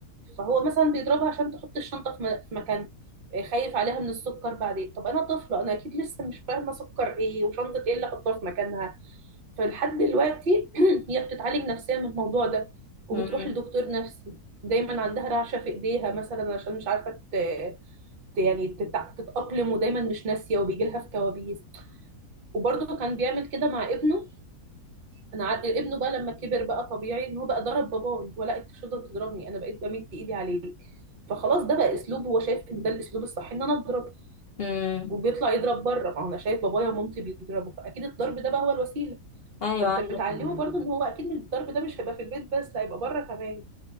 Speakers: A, on the right; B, on the left.
A: فهو مثلا بيضربها عشان تحط الشنطه في م- في مكان آه، خايف عليها من السكر بعدين طب انا طفله انا اكيد لسه مش فاهمه سكر ايه وشنطه ايه اللي احطها في مكانها فلحد دلوقتي <clears throat> هي بتتعالج نفسيا من الموضوع ده وبتروح
B: امم
A: لدكتور نفسي دايما عندها رعشة في ايديها مثلا عشان مش عارفة ت... ت- يعني تتع- تتأقلم ودايما مش ناسية وبيجي لها في كوابيس وبرضه كان بيعمل كده مع ابنه انا عار... ابنه بقى لما كبر بقى طبيعي ان هو بقى ضرب باباه اللي هو لا انت مش هتفضل تضربني انا بقيت بمد ايدي عليك فخلاص ده بقى اسلوب هو شايف ان ده الاسلوب الصح ان انا اضرب
B: امم
A: وبيطلع يضرب بره ما هو انا شايف بابايا ومامتي بيضربوا فاكيد الضرب ده بقى هو الوسيلة
B: ايوه
A: فانت بتعلمه مم. برضو ان هو اكيد الضرب ده مش هيبقى في البيت بس لا هيبقى بره كمان